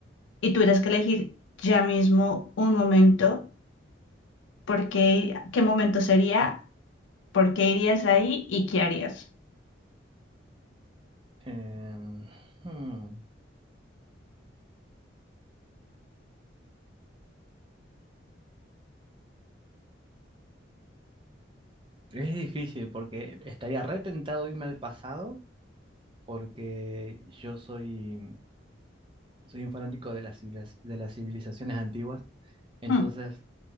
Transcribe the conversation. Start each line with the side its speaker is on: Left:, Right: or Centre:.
Left: y tuvieras que elegir ya mismo un momento, ¿por qué, qué momento sería? ¿Por qué irías ahí y qué harías?
Right: Em, hmm, Es difícil porque estaría retentado irme al pasado porque yo soy, soy un fanático de las, civiliz- de las civilizaciones antiguas. Entonces,
Left: Mm.